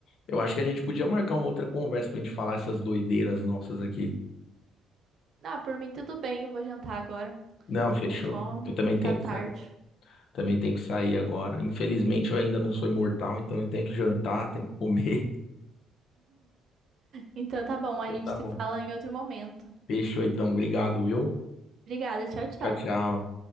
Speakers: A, on the left; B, on the right.
A: Eu acho que a gente podia marcar uma outra conversa pra gente falar essas doideiras nossas aqui.
B: Ah, por mim tudo bem, eu vou jantar agora.
A: Não,
B: Tô
A: fechou.
B: com fome
A: Eu também
B: e
A: tenho
B: tá tarde.
A: que sair. Também tenho que sair agora. Infelizmente, eu ainda não sou imortal, então eu tenho que jantar, tenho que comer. <laughs>
B: Então tá bom, a
A: Então,
B: gente
A: Tá
B: se
A: bom.
B: fala em outro momento.
A: Fechou, então. Obrigado, viu?
B: Obrigada, tchau, tchau.
A: Tchau, tchau.